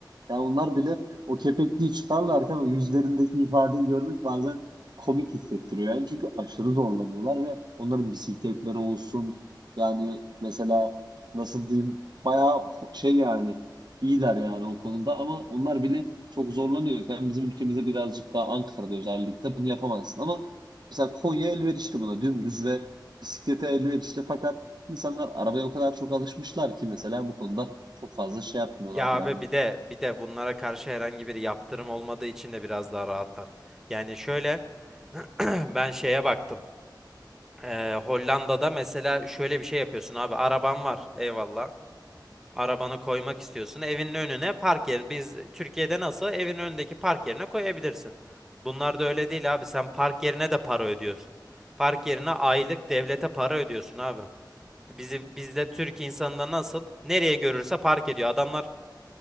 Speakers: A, on the right; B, in the centre.
A: Yani onlar bile o kepekliği çıkarlarken o yüzlerindeki ifadeyi görmek bazen komik hissettiriyor. Yani çünkü aşırı zorlanıyorlar ve onların bisikletleri olsun yani mesela nasıl diyeyim bayağı ho- şey yani iyiler yani o konuda ama onlar bile çok zorlanıyor yani bizim ülkemizde birazcık daha Ankara'da özellikle bunu yapamazsın ama mesela Konya elverişli buna dümdüz ve bisiklete elverişli fakat insanlar arabaya o kadar çok alışmışlar ki mesela bu konuda çok fazla şey yapmıyorlar
B: Ya
A: yani.
B: abi bir de bir de bunlara karşı herhangi bir yaptırım olmadığı için de biraz daha rahatlar. Yani şöyle <clears throat> ben şeye baktım. Ee, Hollanda'da mesela şöyle bir şey yapıyorsun abi. Araban var eyvallah. Arabanı koymak istiyorsun. Evinin önüne park yerini. Biz Türkiye'de nasıl evin önündeki park yerine koyabilirsin. Bunlar da öyle değil abi. Sen park yerine de para ödüyorsun. Park yerine aylık devlete para ödüyorsun abi. Bizim bizde Türk insanında nasıl nereye görürse park ediyor. Adamlar